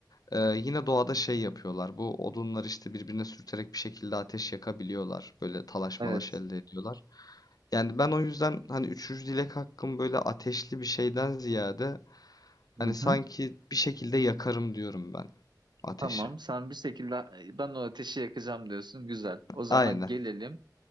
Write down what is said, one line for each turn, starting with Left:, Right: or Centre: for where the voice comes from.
Left: e, yine doğada şey yapıyorlar. Bu odunlar işte birbirine sürterek bir şekilde ateş yakabiliyorlar. Böyle talaş
Right: Evet.
Left: malaş elde ediyorlar. Yani ben o yüzden hani üçüncü dilek hakkım böyle ateşli bir şeyden ziyade
Right: Hı-hı.
Left: hani sanki bir şekilde yakarım diyorum ben ateşi.
Right: Tamam, sen bir şekilde ben o ateşi yakacağım diyorsun. Güzel. O zaman
Left: Aynen,
Right: gelelim